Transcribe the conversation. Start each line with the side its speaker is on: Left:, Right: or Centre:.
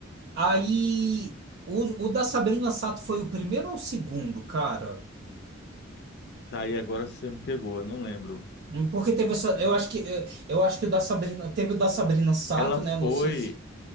Right: Aí, o, o da Sabrina Sato foi o primeiro ou o segundo, cara?
Left: Tá aí agora você me pegou, eu não lembro.
Right: Hum, Porque teve essa, eu acho que eh, eu acho que o da Sabrina, teve o da Sabrina Sato,
Left: Ela
Right: né?
Left: foi.
Right: Não sei se